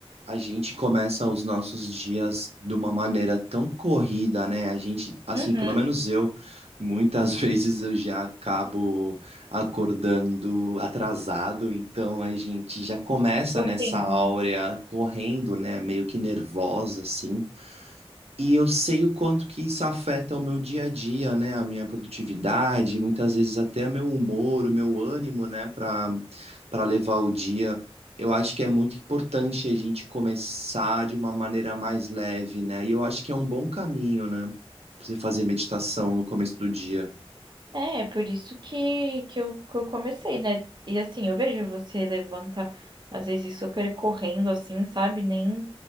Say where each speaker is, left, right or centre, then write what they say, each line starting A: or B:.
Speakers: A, on the right; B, on the right.
A: a gente começa os nossos dias de uma maneira tão corrida, né? A gente, assim,
B: Uhum.
A: pelo menos eu, muitas <laughs> vezes eu já acabo acordando atrasado, então a gente já começa
B: Correndo.
A: nessa áurea correndo, né? Meio que nervosa, assim. E eu sei o quanto que isso afeta o meu dia a dia, né? A minha produtividade, muitas vezes até meu humor, o meu ânimo, né? Para para levar o dia. Eu acho que é muito importante a gente começar de uma maneira mais leve, né? E eu acho que é um bom caminho, né? Você fazer meditação no começo do dia.
B: É, é por isso que, que, eu, que eu comecei, né? E assim, eu vejo você levanta, às vezes, super correndo, assim, sabe? Nem,